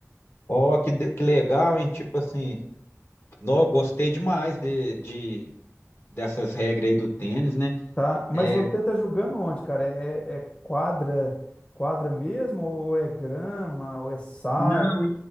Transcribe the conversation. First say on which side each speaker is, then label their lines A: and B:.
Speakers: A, on the left; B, on the left.
A: Ó, que, de- que legal, hein? Tipo assim. Não, gostei demais de, de- dessas regras aí do tênis, né?
B: Tá, mas
A: É,
B: você tá jogando onde, cara? É, é- é quadra, quadra mesmo, ou é grama, ou é saia?
A: não,